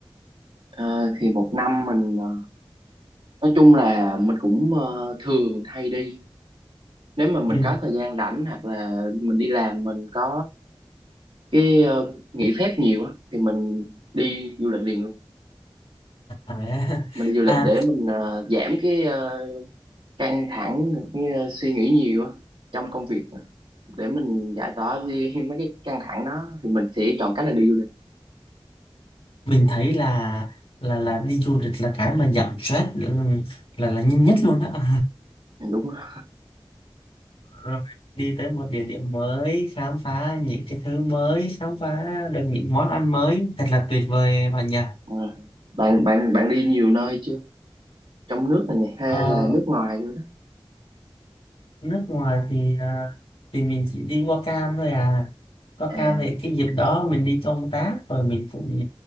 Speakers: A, on the right; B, on the left.
A: Ờ, thì một năm mình ờ, nói chung là mình cũng ờ, thường hay đi nếu mà mình
B: ừ.
A: có thời gian rảnh hoặc là mình đi làm mình có cái ờ, nghỉ phép nhiều á thì mình đi du lịch liền luôn
B: à,
A: mình đi du lịch
B: <laughs>
A: để
B: à,
A: mình ờ, giảm cái ờ, căng thẳng cái ờ, suy nghĩ nhiều á trong công việc á. để mình giải tỏa đi <laughs> mấy cái căng thẳng đó thì mình sẽ chọn cách là đi du lịch
B: mình thấy là là là đi du lịch là cái mà giảm stress ừ, là là nhanh nhất luôn đó <laughs>
A: Ừ, đúng rồi.
B: rồi đi tới một địa điểm mới khám phá những cái thứ mới khám phá được những món ăn mới thật là tuyệt vời bạn nhỉ
A: Ờ. bạn bạn bạn đi nhiều nơi chưa trong nước này nè hay
B: Ờ,
A: là nước ngoài nữa đó
B: nước ngoài thì à, thì mình chỉ đi qua Cam thôi à qua
A: à
B: Cam thì cái dịp đó mình đi công tác rồi mình cũng